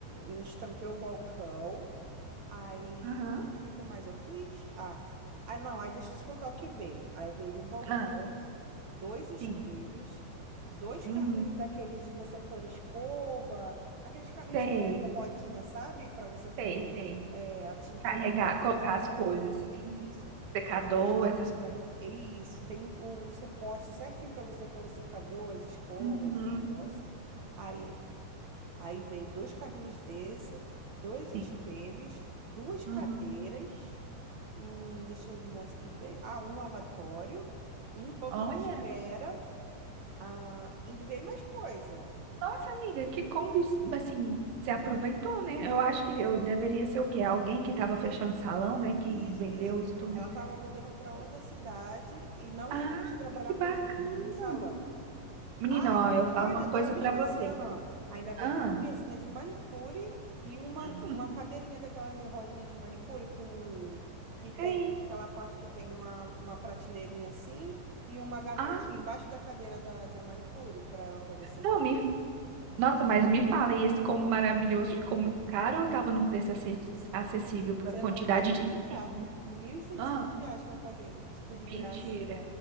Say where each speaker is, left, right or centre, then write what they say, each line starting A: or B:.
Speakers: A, on the right (about 55°); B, on the right (about 90°).
A: um- estampei o balcão. Aí,
B: Aham,
A: o que que mais eu fiz? Ah, ah, não, aí deixa eu te contar o que veio. Aí veio o balcão.
B: ah,
A: dois espelhos,
B: sim.
A: dois
B: Uhum.
A: carrinhos daqueles de você pôr escova, aqueles carrinhos
B: Sei,
A: é, com rodinha, sabe? Para você pôr
B: sei, sei.
A: é, a tintura
B: Carregar,
A: ali,
B: colocar
A: das
B: as
A: coisas,
B: coisas.
A: isso.
B: Secador,
A: Aí, dois carrinhos
B: essas coisas.
A: da... Isso, tem o, o suporte certinho para você pôr o secador, as escovas,
B: Uhum,
A: os negócios. Aí, aí veio dois carrinhos desse, dois
B: sim.
A: espelhos, duas cadeiras.
B: Uhum.
A: Hum, deixa eu ver mais o que veio. Ah, um lavatório, um banco
B: Olha,
A: de espera ah, ainda veio mais coisa.
B: nossa amiga, que combo, es- assim, você aproveitou, né? Eu acho que eu deveria ser o quê? Alguém que estava fechando salão, né? Que
A: Isso,
B: vendeu
A: isso.
B: isso tudo.
A: Ela estava mudando para outra cidade e não ia
B: Ah,
A: mais trabalhar
B: que
A: com,
B: bacana.
A: com, com salão.
B: Menino,
A: Ah,
B: ó,
A: ainda-
B: eu falo
A: ah,
B: uma
A: já
B: coisa
A: estava me
B: pra
A: esquecendo,
B: você.
A: ó. Ainda veio
B: Ah,
A: com uma mesinha de manicure e uma,
B: Hum,
A: uma cadeirinha daquelas de rodinha de manicure com que tem
B: sei.
A: aquela parte que tem uma, uma prateleirinha assim e uma gavetinha
B: Ah,
A: embaixo da cadeira da, da manicure para ela poder sentar.
B: não, me... Nossa, mas me fala, e esse combo maravilhoso ficou muito caro ou tava num preço ace- acessível pra
A: Você
B: quantidade
A: não vai acreditar.
B: de item, né?
A: mil e seiscentos
B: Ah,
A: reais que eu paguei, tipo de graça.
B: mentira.